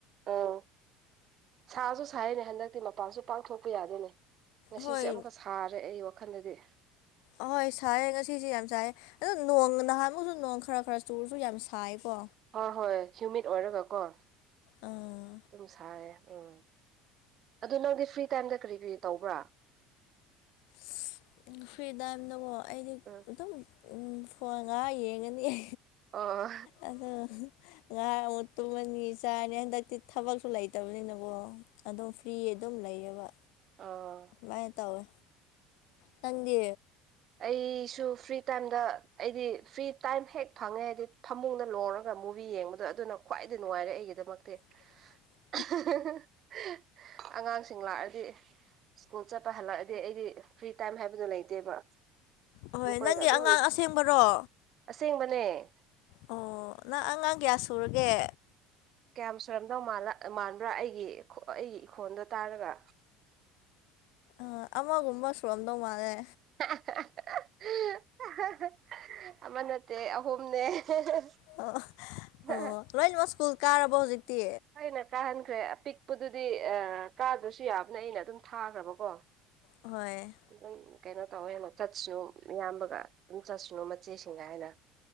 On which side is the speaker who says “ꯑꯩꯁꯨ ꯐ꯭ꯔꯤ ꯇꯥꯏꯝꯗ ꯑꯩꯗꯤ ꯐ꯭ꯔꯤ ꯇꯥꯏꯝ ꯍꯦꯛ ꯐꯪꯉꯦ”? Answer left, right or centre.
Right